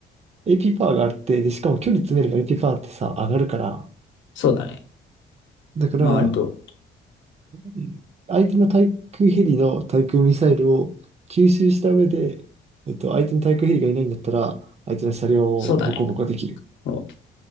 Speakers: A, on the right; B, on the left.
A: AP パワーがあって、で、しかも距離詰めれば AP パワーってさ、上がるから、
B: そうだね。
A: だから、
B: まあ割と、
A: うん相手の対空ヘリの対空ミサイルを吸収した上で、えっと、相手の対空ヘリがいないんだったら、相手の車両をボコボコできる。
B: そうだね。そ